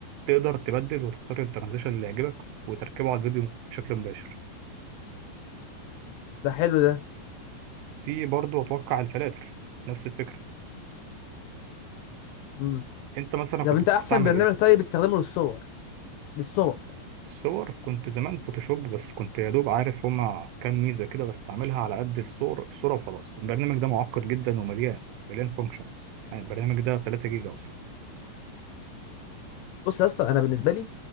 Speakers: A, on the right; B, on the left.
A: تقدر تبدل وتختار الترانزيشن اللي يعجبك وتركبه على الفيديو بشكل مباشر
B: ده حلو ده
A: في برضه أتوقع الفلاتر نفس الفكرة
B: امم
A: انت مثلا كنت
B: طب انت
A: بتستعمل
B: احسن برنامج
A: ايه
B: طيب بتستخدمه للصور للصور
A: الصور كنت زمان فوتوشوب بس كنت يا دوب عارف هما كام ميزة كده بستعملها على قد الصور الصورة وخلاص البرنامج ده معقد جدا ومليان مليان فانكشنز يعني البرنامج ده 3 جيجا أصلا
B: بص يا اسطى انا بالنسبه لي